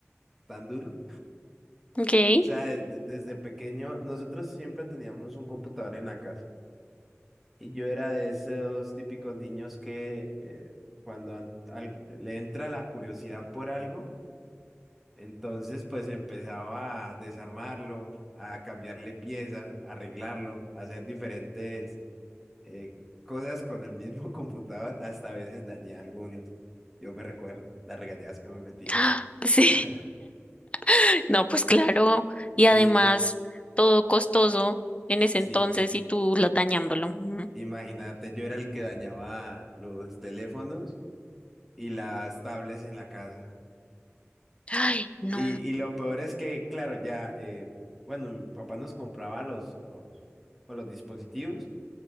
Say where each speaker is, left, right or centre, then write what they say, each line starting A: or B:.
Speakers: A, in the centre; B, on the left.
A: tan duro.
B: Ok. <gasps>
A: O sea, de- de- desde pequeño, nosotros siempre teníamos un computador en la casa. Y yo era de esos típicos niños que eh, cuando an- algo- le entra la curiosidad por algo, Entonces, pues empezaba a desarmarlo, a cambiarle piezas, a arreglarlo, a hacer diferentes eh, cosas con el mismo <laughs> computador. Hasta a veces dañé algunas. Yo me recuerdo las regañadas que me metía.
B: Ah, Sí.
A: <laughs>
B: <laughs> No, pues claro. Y
A: Sí,
B: además, todo costoso en ese
A: sí.
B: entonces y tú la- dañándolo. Ujú.
A: Imagínate, yo era el que dañaba los teléfonos y las tablets en la casa.
B: Ay, no.
A: Y, y lo peor es que, claro, ya, eh, bueno, mi papá nos compraba los, los, pues, los dispositivos.